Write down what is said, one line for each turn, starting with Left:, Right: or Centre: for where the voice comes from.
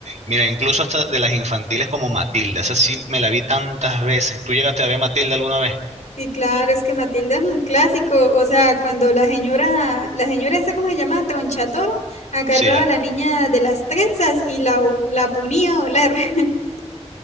Right: mira, incluso hasta de las infantiles como Matilda. Esa sí me la vi tantas veces. ¿Tú llegaste a ver Matilda alguna vez?
Left: Sí, claro, es que Matilda es un clásico. O sea, cuando la señora, la señora esa, ¿cómo se llama? Tronchatoro, agarraba
Right: Sí, la,
Left: a la niña de las trenzas y la, la ponía a volar. <laughs>